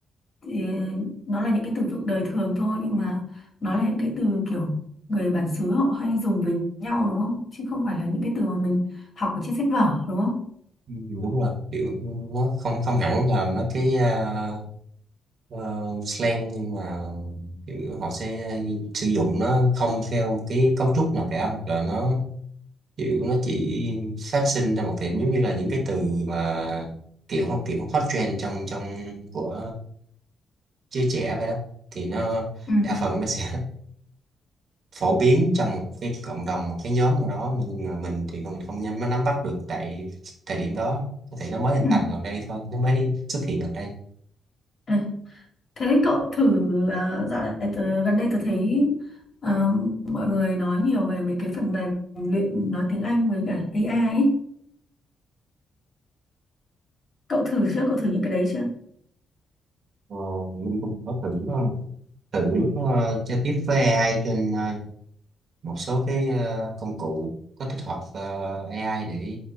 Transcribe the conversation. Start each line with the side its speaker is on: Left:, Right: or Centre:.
Left: thì nó là những cái từ vựng đời thường thôi nhưng mà nó là những cái từ kiểu người bản xứ họ hay dùng với nhau đúng không chứ không phải là những cái từ mà mình học ở trên sách vở đúng không
Right: Ừ, đúng rồi kiểu nó không không hẳn là mấy cái à, ờ, slang nhưng mà kiểu họ sẽ sử dụng nó không theo một cái cấu trúc nào cả hoặc là nó kiểu nó chỉ phát sinh ra một điểm giống như là những cái từ mà kiểu kiểu hot trend trong trong của giới trẻ vậy đó thì nó
Left: ừ
Right: đa phần nó sẽ <laughs> phổ biến trong một cái cộng đồng một cái nhóm nào đó mà nhưng mà mình thì mình không nhắm nắm bắt được tại thời điểm đó có thể nó mới hình
Left: ừ
Right: thành gần đây thôi nó mới xuất hiện gần đây
Left: à, thế cậu thử ờ, dạo này tớ, gần đây tớ thấy ờ, mọi người nói nhiều về mấy cái phần mềm luyện nói tiếng Anh với cả AI ấy. cậu thử chưa cậu thử những cái đấy chưa
Right: Ờ, mình cũng có thử uh, thử uh, giao tiếp với AI trên uh, một số cái uh, công cụ có tích hợp uh, AI để